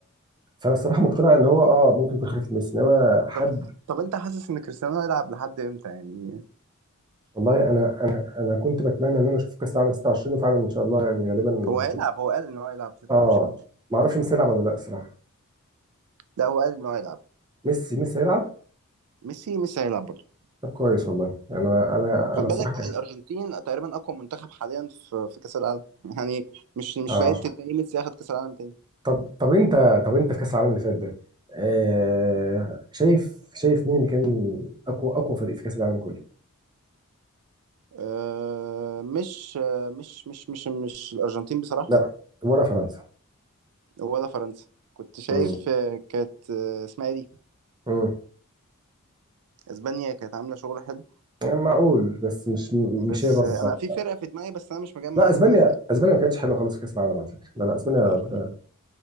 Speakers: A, on the right; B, on the right.
A: فانا الصراحه مقتنع ان هو اه ممكن يكون خليفه ميسي انما حد
B: طب طب انت حاسس ان كريستيانو هيلعب لحد امتى يعني
A: والله انا انا انا كنت بتمنى ان انا اشوف كاس العالم 26 وفعلا ان شاء الله يعني غالبا
B: هو
A: هيكون
B: هيلعب هو قال ان هو هيلعب 26
A: اه ما اعرفش ميسي هيلعب ولا لا الصراحه
B: لا هو قال ان هو هيلعب
A: ميسي ميسي هيلعب
B: ميسي ميسي هيلعب برضه
A: طب كويس والله يعني انا انا
B: خد
A: انا الصراحه
B: بالك
A: كان-
B: الارجنتين تقريبا اقوى منتخب حاليا في في كاس العالم يعني مش مش
A: اه
B: بعيد تلاقي ميسي ياخد كاس العالم تاني
A: طب طب انت طب انت في كاس العالم اللي فات ده آه شايف شايف مين اللي كان اقوى اقوى فريق في كاس العالم كله
B: أه مش مش مش مش الارجنتين بصراحه
A: لا ولا فرنسا
B: ولا فرنسا كنت شايف
A: امم
B: آه، كانت آه، اسمها إيه دي
A: امم
B: اسبانيا كانت عامله شغل حلو
A: يعني معقول بس مش
B: بس
A: مش هي برضه
B: آه،
A: خالص
B: انا في فرقه في دماغي بس انا مش مجمع
A: لا
B: اسمها
A: اسبانيا اسبانيا ما كانتش حلوه خالص في كاس العالم على فكره لا لا اسبانيا
B: آه،
A: ده-